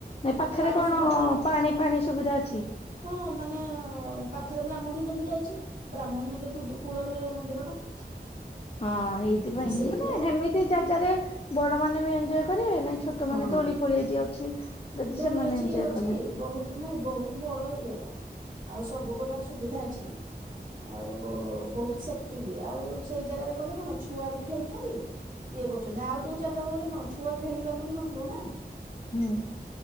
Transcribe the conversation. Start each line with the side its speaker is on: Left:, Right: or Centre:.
Left: ନାଇଁ ପାଖେରେ
Right: ପାଣି
Left: କଣ
Right: ସୁବିଧା
Left: ପାଣି ଫାଣି ସୁବିଧା ଅଛି?
Right: ହଁ ମାନେ ଅ ପାଖେରେ ବ୍ରାହ୍ମଣୀ ନଦୀ ଯାଇଚି ବ୍ରାହ୍ମଣୀ ନଦୀ କୁଦୁ କୂଳରେ ମନ୍ଦିର ଟା।
Left: ହଁ ହେଇଥିପାଇଁଁ
Right: ତ ସେଇଠି
Left: ମାନେ ହେମିତି ଜାଗାରେ ବଡ ମାନେ ବି ଏଞ୍ଜୟ୍ କରିବେ ନାଇଁ ଛୋଟ
Right: ହଁ
Left: ମାନେ ଦୋଳି ଫୋଳି ଏଇଠି ଅଛି- ଯଦି
Right: ଦୋଳି
Left: ସେମାନେ
Right: ଅଛି
Left: ଏଞ୍ଜୟ
Right: ଇଏ ଅଛି
Left: କଲେ
Right: ବହୁତ ନାଇଁ ବହୁତ ବଡ ଏରିଆଟା ଆଉ ସବୁ ପ୍ରକାର ସୁବିଧା ଅଛି- ଆଉ ବହୁତ ସେଫଟି ବି ଆଉ ସେଇ ଜାଗାରେ କଲେ କଣ ଛୁଆ ବି ଖେଳୁଛନ୍ତି ଇଏ କରୁଚନ୍ତି ଆଉ ଯୋଉ ଜାଗାକୁ ଗଲେ କଣ ଛୁଆ ଖେଳିବାକୁ ବି ନଥିବ ନା
Left: ହୁଁ।